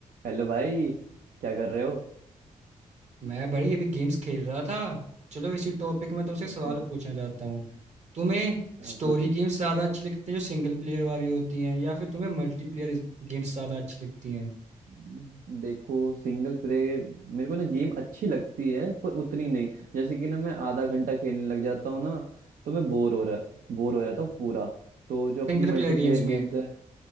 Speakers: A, on the right; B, on the right.
A: Hello भाई क्या कर रहे हो
B: मैं बड़ी अभी गेम्स खेल रहा था चलो इसी टॉपिक में तुमसे एक सवाल
A: हम्म,
B: पूछना चाहता हूँ तुम्हें
A: हाँ,
B: स्टोरी
A: पूछो
B: गेम्स ज़्यादा अच्छी लगती है जो सिंगल प्लेयर वाली होती हैं या फिर तुम्हें मल्टीप्लेयर गेम्स ज़्यादा अच्छी लगती हैं
A: हम्म, देखो सिंगल प्लेयर मेरे को ना गेम अच्छी लगती है पर उतनी नहीं जैसे कि ना मैं आधा घंटा खेलने लग जाता हूँ ना तो मैं बोर हो रहा बोर हो जाता हूँ पूरा तो जो अपनी
B: सिंगल
A: मल्टीप्लेयर
B: प्लेयर गेम्स
A: गेम्स
B: में
A: है